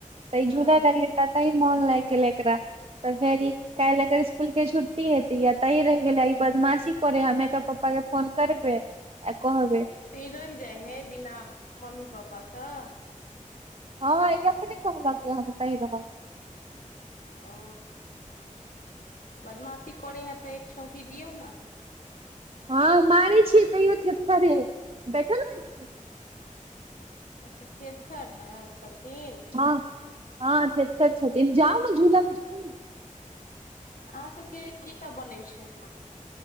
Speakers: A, on the right (about 45°); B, on the left (about 85°).
A: तऽ ई
B: हँ
A: झूला लगले तऽ तइ मोन लागि गेलै एकरा तऽ फेर ई काल्हि एकर स्कुल के छुट्टी हेती य ता रहि गेलै ई बदमाशी करे ह हमे एकर पप्पा के फोन करबे आय कहबैय
B: त ई रहि जाइ हे बिना मम्मी पप्पा कऽ
A: हँ ई अपने कहलक जे हम एतय रहब
B: ओ बदमाासी करे है तऽ एक छौंकी दियौ नऽ
A: हँ मारे छियै तैयो थेथरे देखे नेय छिये
B: अच्छा थेथर है छथिन
A: हँ हँ थेथार छथिन जाउ झूला के झू
B: अहाँ सब के की सब बनै छै